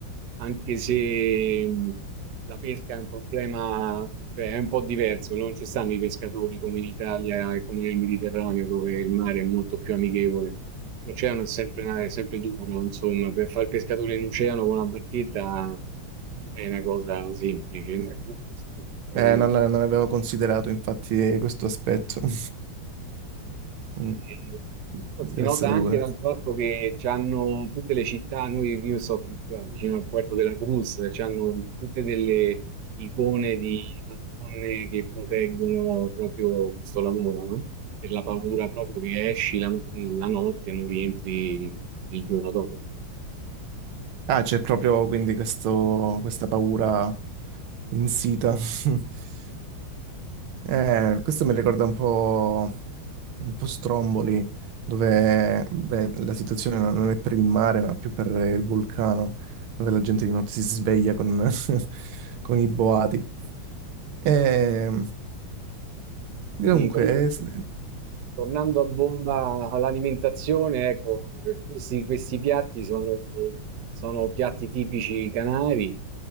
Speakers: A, on the right (about 60°); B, on the right (about 80°).
A: anche se mh, la pesca è un problema, cioè è un po' diverso, non ci stanno i pescatori come in Italia e come nel Mediterraneo, dove il mare è molto più amichevole. L'oceano è sempre, è sempre duro, insomma, per fare il pescatore in oceano con una barchetta non è una cosa semplice. <laughs> Capito?
B: Eh, non, non avevo considerato infatti questo aspetto. <laughs>
A: Ehm,
B: Mm, Deve
A: si nota
B: essere
A: anche
B: duro.
A: dal fatto che c'hanno tutte le città, noi io sto qui qua vicino al Puerto de la Cruz, c'hanno tutte delle icone di Madonne che proteggono proprio questo lavoro, no? Per la paura proprio che esci la, la notte e non rientri il giorno dopo.
B: Ah, c'è proprio quindi questo- questa paura insita. <laughs> Eh, questo mi ricorda un po', un po' Stromboli, dove beh, la situazione non non è per il mare, ma più per il vulcano, dove la gente di notte si sveglia con, <laughs> con i boati. E, comunque,
A: Sì, comunque
B: eh, s-
A: tornando a bomba all'alimentazione, ecco, questi, questi piatti sono, sono piatti tipici canari,